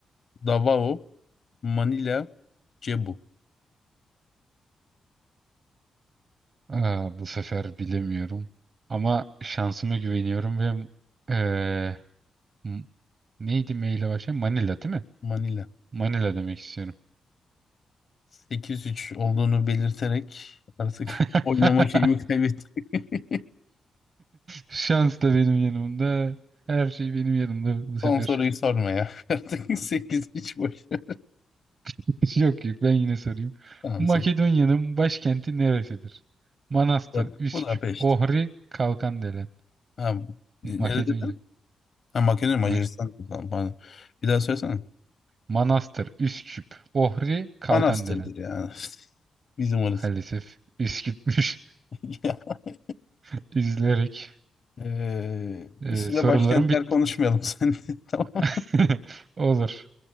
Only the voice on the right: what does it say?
Aa, bu sefer bilemiyorum. Ama şansıma güveniyorum ve eee, m- neydi maille başlayan? Manila değil mi?
Manila demek istiyorum.
<laughs>
Şans da benim yanımda. Her şey benim yanımda bu sefer.
<laughs> Yok yok ben yine sorayım.
Makedonya'nın
başkenti neresidir? Manastır,
Üsküp,
Ohri, Kalkandelen.
Makedonya.
Ma-
Manastır, Üsküp, Ohri, Kalkandelen.
Maalesef iş gitmiş.
<laughs> İzleyerek
e,
sorularım
bitti.
<laughs> Olur.